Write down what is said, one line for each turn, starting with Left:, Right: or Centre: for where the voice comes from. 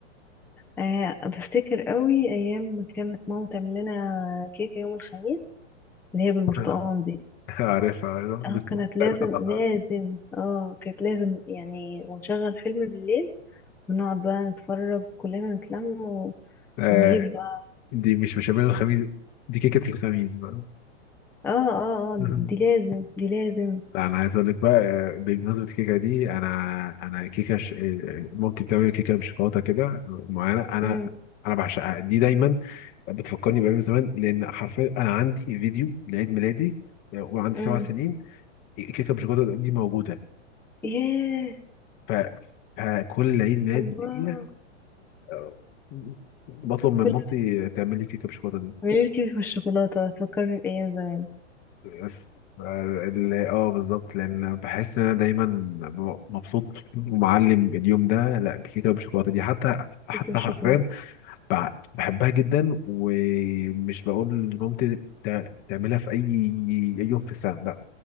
Centre: آه بفتكر قوي ايام ما كانت ماما تعمل لنا كيكة يوم الخميس اللي هي بالبرتقال
Left: <laughs>
Centre: دي
Left: عارفها عارفها
Centre: اه
Left: لسه
Centre: كانت لازم
Left: بتعملها طبعا
Centre: لازم اه كانت لازم يعني ونشغل فيلم بالليل ونقعد بقى نتفرج كلنا نتلم و...
Left: آه
Centre: ونجيب بقى
Left: دي مش بشاميل الخميس دي كيكه الخميس بقى
Centre: اه اه اه
Left: <laughs>
Centre: دي دي لازم دي لازم
Left: لا انا عايز اقول لك بقى آه، بمناسبه الكيكه دي انا انا كيكه ش... آه، مامتي بتعمل كيكه بشوكولاته كده معينه انا
Centre: امم
Left: انا بعشقها دي دايما بتفكرني بايام زمان لان حرفيا انا عندي فيديو لعيد ميلادي آه، وعندي
Centre: امم
Left: سبع سنين كيكه بالشوكولاته دي موجوده
Centre: ياه
Left: ف... فكل عيد ميلاد
Centre: الله
Left: ليا آه، بطلب من
Centre: كل
Left: مامتي تعمل لي كيكه بالشوكولاته دي
Centre: اعملي لي كيك بالشوكولاته تفكرني بايام زمان
Left: بس ف- ال- اه بالظبط لان بحس ان انا دايما ب- مبسوط ومعلم اليوم ده لا بكيكه بالشوكولاته دي حتى حتى
Centre: كيك بالشوكولاته
Left: حرفيا بع- بحبها جدا ومش بقول لمامتي تع- تعملها في اي أي يوم في السنه لا